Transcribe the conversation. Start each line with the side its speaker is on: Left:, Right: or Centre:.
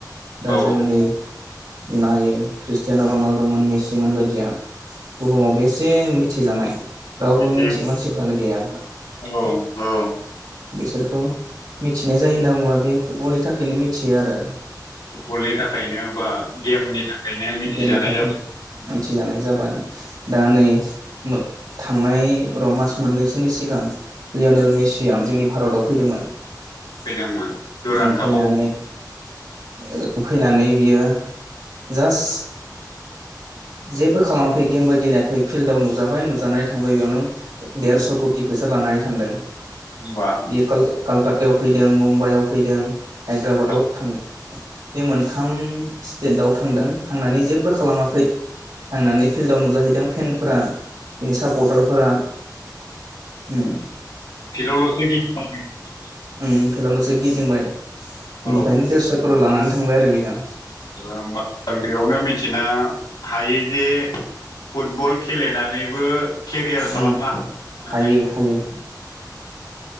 Right: दा
Left: औ
Right: जोङो नै बुंनो हायो ख्रिस्टियान' रनाल्द'मोन मेसिमोन बायदिया बुहुमाव बेसे मिथि जानाय रावबो
Left: एसे
Right: मिथियि मानसिफोरानो गैया।
Left: औ औ
Right: बेसोरखौ मिथिनाय जायो होनना बुङोबा बे फुटबलनि थाखायनो मिथियो आरो।
Left: फुटबलनि थाखायनो बा गेमनि थाखायनो मिथिजानाय
Right: गेमनि थाखायनो
Left: जाबा
Right: मिथिजानाय जाबाय दा नै मो थांनाय र' मास मोननैसो नि सिगां लिय'नेल मेसिया जोंनि भारताव फैदोंमोन।
Left: फैदोंमोन
Right: <inaudible>
Left: दुरान
Right: ओम
Left: कापाव
Right: फैनानै ओ फैनानै बियो जास्ट जेबो खालामाखै गेमबो गेलेयाखै फिल्डआव नुजाबाय नुजानानै थांबाय बेयावनो देरस' कौटि बिसोर लानानै थांदों।
Left: होनबा
Right: बियो कल-कलकात्तायाव फैदों मुम्बाइआव फैदों हायद्राबादाव
Left: औ
Right: थां बे मोनथाम स्टेटाव थांदों थांनानै जेबो खालामाखै थांनानै फिल्डआव नुजाहैदों फेनफोरा बिनि सापर्टारफोरा होम
Left: फिदाव ल'सो <unintelligible>
Right: ओम फिल्डआव ल'सो गिदिंबाय
Left: औ
Right: इनिफायनो देरस' करर लानानै थांबाय आरो बिहा।
Left: <unintelligible> बेयावनो मिथिनो हायो दि फुटबल खेलेनानैबो खेरियार खालामना
Right: उम
Left: नानै
Right: हायो
Left: <inaudible>
Right: हायो